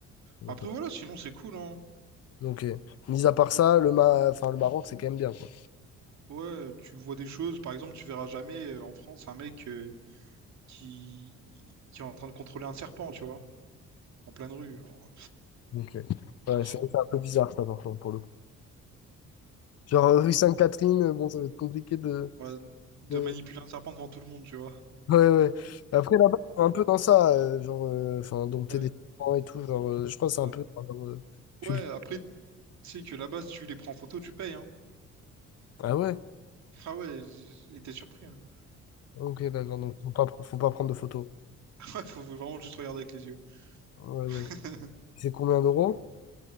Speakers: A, on the left (about 55°); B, on the right (about 65°).
A: Ok.
B: Après, voilà, sinon, c'est cool, hein.
A: Donc, euh, mis à part ça, le, Ma- enfin, le Maroc, c'est quand même bien, quoi.
B: Ouais, tu vois des choses. Par exemple, tu verras jamais euh, en France un mec. euh, qui, qui est en train de contrôler un serpent, tu vois, en pleine rue. genre.
A: Donc, euh, ouais,
B: Mais sinon,
A: c'est vrai que c'est un peu bizarre, ça, par contre, pour le coup. Genre, euh, rue Sainte-Catherine, euh, bon, ça va être compliqué de...
B: voilà. Ouais, de
A: de-
B: manipuler un serpent devant tout le monde, tu vois.
A: Ouais, ouais. Après, là-bas, ils sont un peu dans ça, euh, genre, euh, enfin, dompter
B: Ouais,
A: des serpents et tout, genre, euh, je crois que c'est un
B: Ap-
A: peu dans leur euh, culte.
B: ouais après, tu sais que là-bas, si tu les prends en photo, tu payes, hein.
A: Ah ouais?
B: Ah ouais, j'étais surpris. hein.
A: Ok, d'accord, donc faut pas, faut pas prendre de photos.
B: <laughs> Ouais, faut vraiment juste regarder avec les yeux.
A: Ouais, ouais.
B: <laughs>
A: C'est combien d'euros?